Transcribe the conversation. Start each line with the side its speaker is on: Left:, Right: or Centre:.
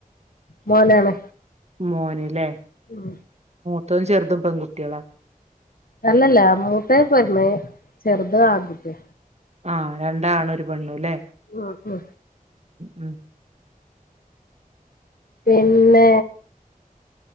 Left: മോനാണ്
Right: മോനല്ലേ
Left: ഉം
Right: മുത്തതും ചെറുതും പെൺകുട്ടികളാ
Left: അല്ലല്ല മൂത്തേ പെണ്ണ് ചെറുത് ആൺ കുട്ടി
Right: ആഹ് രണ്ടാണും ഒരു പെണ്ണും അല്ലെ
Left: ആ ആ
Right: ഉം
Left: പിന്നെ